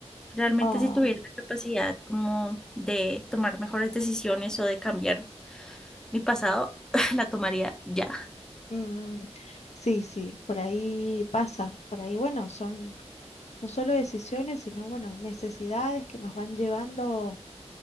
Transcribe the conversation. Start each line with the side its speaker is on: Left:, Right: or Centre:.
Centre: Realmente
Left: Ah,
Centre: si tuviera la capacidad como de tomar mejores decisiones o de cambiar mi pasado, <laughs> la tomaría ya.
Left: mm, sí, sí, por ahí pasa. Por ahí, bueno, son no solo decisiones, sino, bueno, necesidades que nos van llevando